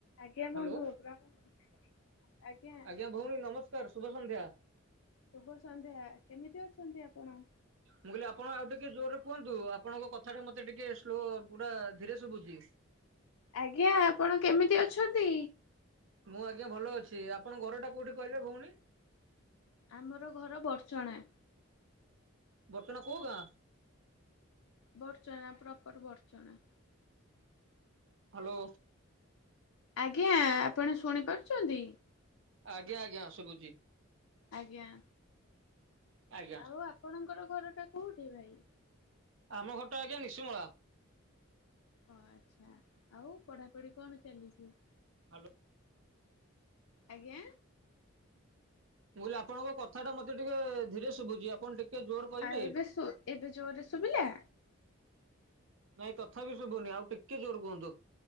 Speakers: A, on the left; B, on the right.
A: ଆଜ୍ଞା
B: ହ୍ୟାଲୋ
A: ବନ୍ଧୁ ଆଜ୍ଞା।
B: ଆଜ୍ଞା ଭଉଣୀ ନମସ୍କାର ଶୁଭ ସନ୍ଧ୍ୟା।
A: ଶୁଭ ସନ୍ଧ୍ୟା କେମିତି ଅଛନ୍ତି ଆପଣ?
B: ମୁଁ କହିଲି ଆପଣ ଆଉ ଟିକେ ଜୋରରେ କୁହନ୍ତୁ। ଆପଣଙ୍କ କଥା ଟା ମତେ ଟିକେ ସ୍ଲୋ ପୁରା ଧୀରେ ଶୁଭୁଛି।
A: ଆଜ୍ଞା ଆପଣ କେମିତି ଅଛନ୍ତି?
B: ମୁଁ ଆଜ୍ଞା ଭଲ ଅଛି ଆପଣଙ୍କ ଘର ଟା କୋଉଠି କହିଲେ ଭଉଣୀ?
A: ଆମର ଘର ବର୍ଛଣା।
B: ବଡ଼ଚଣା କୋଉ ଗାଁ
A: ବର୍ଚନା ପ୍ରପର ବର୍ଚନା।
B: ହ୍ୟାଲୋ
A: ଆଜ୍ଞା ଆପଣ ଶୁଣିପାରୁଛନ୍ତି?
B: ଆଜ୍ଞା ଆଜ୍ଞା ଶୁଭୁଛି।
A: ଆଜ୍ଞା‌।
B: ଆଜ୍ଞା
A: ଆଉ ଆପଣଙ୍କର ଘର ଟା କୋଉଠି ଭାଇ?
B: ଆମ ଘରଟା ଆଜ୍ଞା ନିଶୁମଳା।
A: ଓ ଆଚ୍ଛା ଆଉ ପଢାପଢି କଣ ଚାଲିଛି?
B: ହ୍ୟାଲୋ
A: ଆଜ୍ଞା
B: ବୁହିଲେ ଆପଣଙ୍କ କଥା ଟା ମତେ ଟିକେ ଧୀରେ ଶୁଭୁଛି। ଆପଣ ଟିକେ ଜୋର କହିବେ?
A: ଆଉ ଏବେ ଏବେ ଜୋରରେ ଶୁଭିଲା?
B: ନାଇଁ ତଥାପି ଶୁଭୁନି ଆଉ ଟିକେ ଜୋର କୁହନ୍ତୁ।